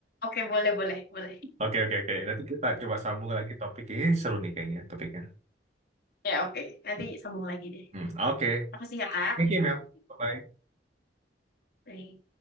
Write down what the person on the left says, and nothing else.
oke boleh boleh boleh
ya oke nanti
sambung lagi deh
makasih ya kak
Bye.